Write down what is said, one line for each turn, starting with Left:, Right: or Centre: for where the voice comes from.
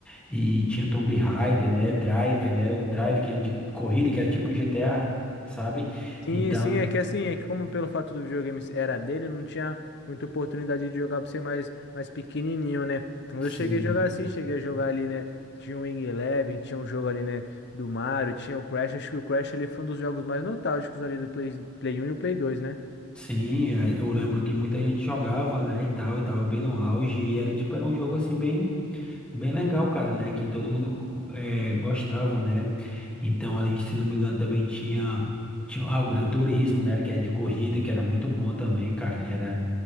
Centre: E tinha o Tomb Raider, né? Drive, né? Era o Drive, que era de corrida, que era tipo GTA, sabe?
Left: Sim,
Centre: Então,
Left: sim, é que assim, é que como pelo fato do videogame era dele, não tinha muita oportunidade de jogar por ser mais, mais pequenininho, né? quando
Centre: sim.
Left: eu cheguei a jogar assim, cheguei a jogar ali, né? Tinha o Wing Eleven, tinha um jogo ali, né? Do Mario, tinha o Crash. Acho que o Crash ali foi um dos jogos mais nostálgicos ali do Play, Play um e o Play dois né?
Centre: Sim, é, eu lembro que muita gente jogava, né, e tal, tava bem no auge, e era tipo, era um jogo assim bem Bem legal, cara, né? Que todo mundo eh, gostava, né? Então, ali, se não me engano, também tinha, tinha ah, o Gran Turismo, né? Que é de corrida, que era muito bom também, cara. Era